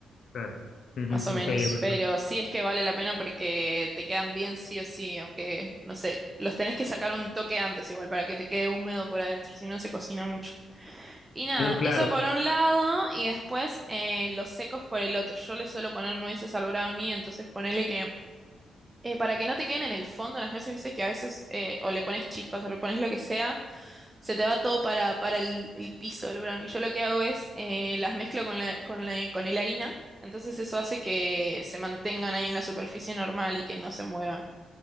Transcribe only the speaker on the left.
Claro. Ujú,
Ok, es bastante.
no, claro.